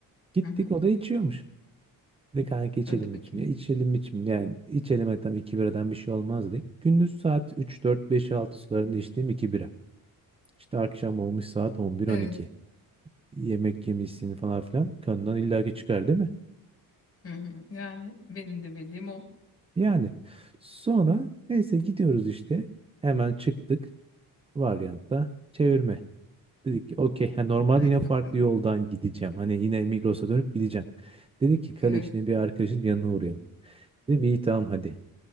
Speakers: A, on the right; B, on the left.
A: Gittik
B: Hı hı.
A: o da içiyormuş. Dedik kanka içelim
B: Hadi bakayım.
A: içmeye. İçelim içmeye. Yani içelim hadi tam 2 biradan bir şey olmaz dedik. Gündüz saat 3 4 5 6 sularında içtiğim 2 bira. İşte akşam olmuş saat on bir
B: Evet.
A: on iki. Yemek yemişsin falan filan. Kanından illaki çıkar değil mi?
B: Hı hı. Yani benim de bildiğim o.
A: Yani sonra neyse gidiyoruz işte. Hemen çıktık. Varyantta çevirme. Dedik ki okey. Ha, normalde
B: Hadi
A: yine farklı
B: bakalım.
A: yoldan gideceğim. Hani yine Migros'a dönüp gideceğim. Dedik ki kale
B: Evet.
A: içinde bir arkadaşın yanına uğrayalım. Dedim iyi tamam hadi.